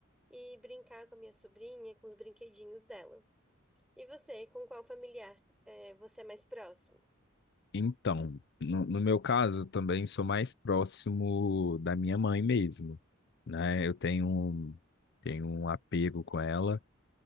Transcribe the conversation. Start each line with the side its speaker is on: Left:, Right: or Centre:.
Centre: e brincar com a minha sobrinha, com os brinquedinhos dela. E você, com qual familiar é, você é mais próximo?
Left: Então, no, no meu caso, também sou mais próximo da minha mãe mesmo, né? Eu tenho, um- tenho um apego com ela,